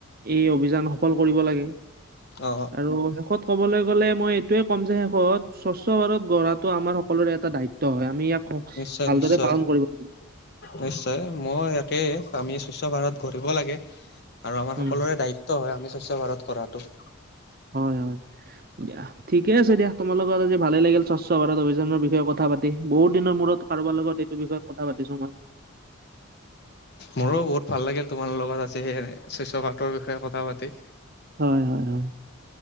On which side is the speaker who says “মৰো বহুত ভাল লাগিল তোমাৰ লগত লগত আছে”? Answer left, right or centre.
Left